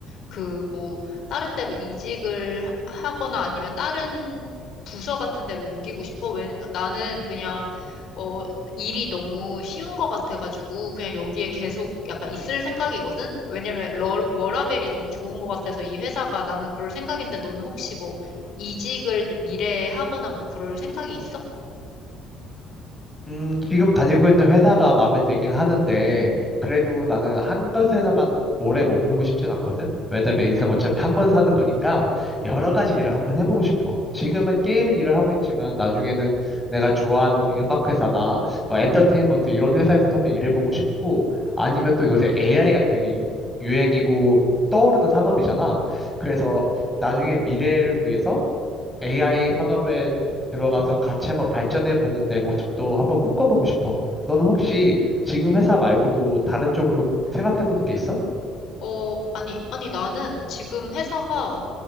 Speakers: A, on the left; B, in the centre.
A: 그 뭐 다른 데로 이직을 하- 하거나 아니면 다른 부서 같은 데로 옮기고 싶어? 왜, 나는 그냥 어 일이 너무 쉬운 것 같아가지고 그냥 여기에 계속 약간 있을 생각이거든? 왜냐면 러, 워라밸이 너무 좋은 것 같아서 이 회사가 나는 그럴 생각인데 너는 혹시 뭐 이직을 미래에 하거나 뭐 그럴 생각이 있어?
B: 음, 지금 다니고 있는 회사가 마음에 들긴 하는데, 그래도 나는 한 가지 회사만 오래 머물고 싶진 않거든? 왜냐면 인생 어차피 한 번 사는 거니까, 여러 가지 일을 한번 해보고 싶어. 지금은 게임은 일을 하고 있지만, 나중에는 내가 좋아하는 음악 회사나, 뭐 엔터테인먼트 이런 회사에서도 한번 일해보고 싶고, 아니면 또 요새 AI가 되게 유- 유행이고, 떠오르는 산업이잖아. 그래서 나중에 미래를 위해서 AI 산업에 들어가서 같이 한번 발전해 보는 내 모습도 한번 꿈꿔보고 싶어. 너는 혹시 지금 회사 말고도 다른 쪽으로 생각해 보는 게 있어?
A: 어, 아니, 아니, 나는 지금 회사가,